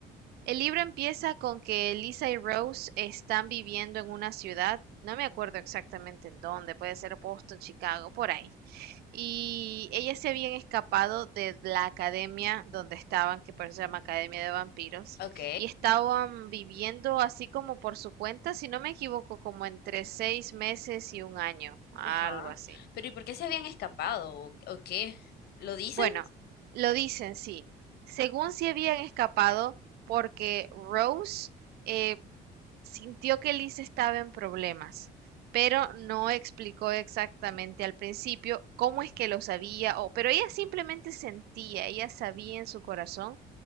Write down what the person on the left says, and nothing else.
Ok,
ajá.
Pero ¿y por qué se habían escapado? ¿O, o qué? ¿Lo dicen?